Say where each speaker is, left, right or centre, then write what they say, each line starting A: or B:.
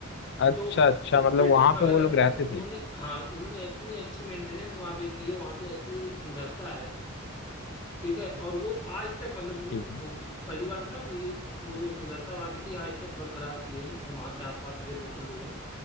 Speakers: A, on the left (about 55°); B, on the left (about 20°).
A: अच्छा
B: तो
A: अच्छा
B: अब
A: मतलब
B: ब्रिटिश
A: वहां
B: वगैरह
A: पे वो
B: रहते
A: लोग रहते
B: तो
A: थे
B: उन्होंने हाँ उन्होंने इतनी अच्छी मेंटेनेंस वहां पे की है वहां पे इतनी सुंदरता है ठीक है और वो आज तक मतलब वो,
A: ठीक है
B: वो- पहली बात ना वही वो जो सुंदरता वहां की थी आज तक बरकरार की है वहां के आसपास के जो लोकल लोग हैं